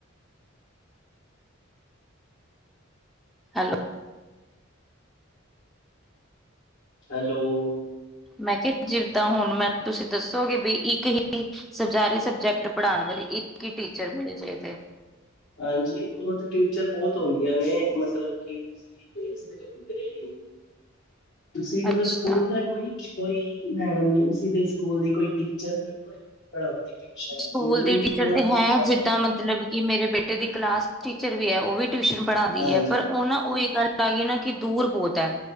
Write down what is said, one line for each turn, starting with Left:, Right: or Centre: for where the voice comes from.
Centre: ਹੈਲੋ
Left: ਹੈਲੋ
Centre: ਮੈਂ ਕਿਆ ਜਿੱਦਾਂ ਹੁਨ ਮੈਨੂੰ ਤੁਸੀਂ ਦੱਸੋਗੇ ਵੀ ਇੱਕ ਹੀ ਸਬ ਜਾਰੇ ਸਬਜੈਕਟ ਪੜ੍ਹਾਨ ਵਾਲੀ ਇੱਕ ਈ ਟੀਚਰ ਮਿਲ ਜਏ ਤੇ
Left: ਹਾਂਜੀ, ਓ ਤੇ ਟੀਚਰ ਬੋਤ ਹੁੰਦੀਆਂ ਨੇ ਮਤਲਬ ਕੀ ਤੁਸੀਂ ਕੀ ਦੇਖ ਸਕਦੇ ਹੋ ਕਿਦਰੇ ਵੀ ਤੁਸੀਂ ਮਤਲਬ
Centre: ਅੱਛਾ
Left: ਸਕੂਲ ਦਾ ਕੋਈ-ਕੋਈ ਮੈਡਮ ਨੀ ਉਸੀ ਦੇ ਸਕੂਲ ਦੀ ਕੋਈ ਟੀਚਰ ਨੀ ਕੋਈ ਪੜੌਂਦੀ ਟਿਊਸ਼ਨ, ਤੁਸੀਂ
Centre: ਸਕੂਲ
Left: ਓਨਾਂ
Centre: ਦੀ ਟੀਚਰ ਤੇ
Left: ਕੋਲ
Centre: ਹੈ
Left: ਈ ਗੱਲ
Centre: ਜਿੱਦਾਂ
Left: ਕਰ <unintelligible>
Centre: ਮਤਲਬ ਕਿ ਮੇਰੇ ਬੇਟੇ ਦੀ ਕਲਾਸ ਟੀਚਰ ਵੀ ਐ ਓ ਵੀ ਟਿਊਸ਼ਨ ਪੜ੍ਹਾਂਦੀ
Left: ਹਾਂਜੀ,
Centre: ਐ ਪਰ ਓ ਨਾ ਓਈ ਗੱਲ ਆ ਗਈ ਨਾ ਕੇ ਦੂਰ ਬੋਤ ਐ